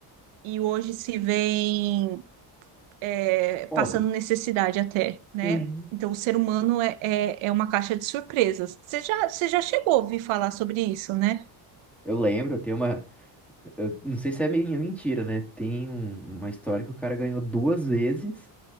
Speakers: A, on the right; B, in the centre.
A: e hoje se veem é,
B: Pobre.
A: passando necessidade até, né?
B: Uhum.
A: Então, o ser humano é, é, é uma caixa de surpresas. Você já, você já chegou a ouvir falar sobre isso, né?
B: Eu lembro, tem uma. eu não sei se é meio mentira, né? Tem um- uma história que o cara ganhou duas vezes.